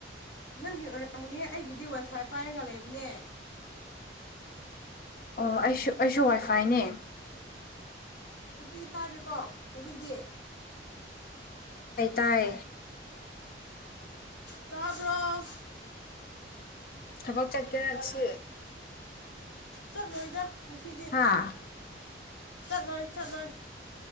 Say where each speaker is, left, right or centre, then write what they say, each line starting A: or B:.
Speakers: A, on the left; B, on the left.
A: ꯅꯪꯒꯤ ꯑꯣꯏꯔꯃꯒꯅꯤ ꯑꯩꯒꯤꯗꯤ ꯋꯥꯏꯐꯥꯏ ꯄꯥꯏꯔꯒ ꯂꯩꯕꯅꯦ
B: ꯑꯣ ꯑꯩꯁꯨ ꯑꯩꯁꯨ ꯋꯥꯏꯐꯥꯏꯅꯦ
A: ꯍꯧꯖꯤꯛꯇꯤ ꯇꯥꯔꯦꯀꯣ ꯍꯧꯖꯤꯛꯇꯤ
B: ꯍꯥꯏ ꯇꯥꯏ
A: ꯇꯥꯕꯔꯣ
B: ꯊꯕꯛ ꯆꯠꯀꯦꯔꯁꯤ
A: ꯆꯠꯂꯣꯏꯗ ꯉꯥꯁꯤꯗꯤ
B: ꯍꯥꯥ
A: ꯆꯠꯂꯣꯏ ꯆꯠꯂꯣꯏ